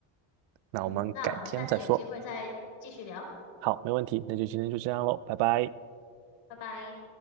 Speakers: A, on the right; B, on the left.
A: 那我们改天再说。
B: 嗯，那我们下次有机会再继续聊，
A: 好，没问题，那就今天就这样喽，拜拜。
B: 拜拜。